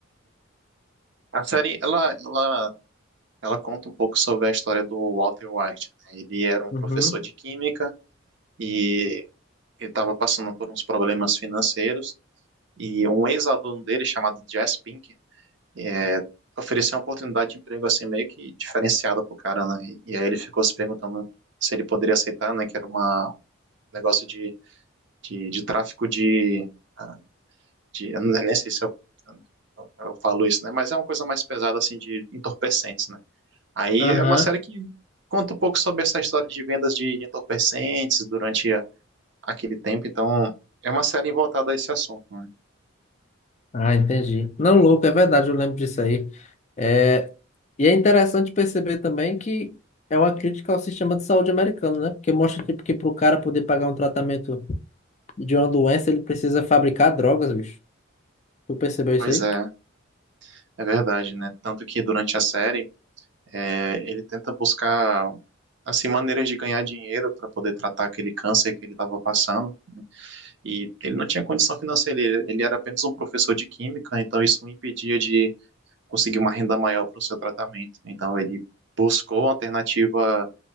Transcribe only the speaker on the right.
A série, ela, ela, ela conta um pouco sobre a história do Walter White. né? Ele era um
professor de química e ele estava passando por uns problemas financeiros e um ex-aluno dele, chamado Jess Pink, é, ofereceu uma oportunidade de emprego assim meio que diferenciada pro cara, né? E, e aí ele ficou se perguntando se ele poderia aceitar, né? Que era uma, um negócio de, de, de tráfico de, ah, de... Eu nem sei se eu, eu eu falo isso, né? Mas é uma coisa mais pesada, assim, de entorpecentes, né? Aí
é uma série que conta um pouco sobre essa história de vendas de, de entorpecentes durante a- aquele tempo, então é uma série voltada a esse assunto, né?
Pois
é, é verdade, né? Tanto que durante a série é, ele tenta buscar assim maneiras de ganhar dinheiro para poder tratar aquele câncer que ele estava passando e ele não tinha condição financeira, ele, ele era apenas um professor de química, então isso o impedia de conseguir uma renda maior para o seu tratamento. Então ele buscou alternativa.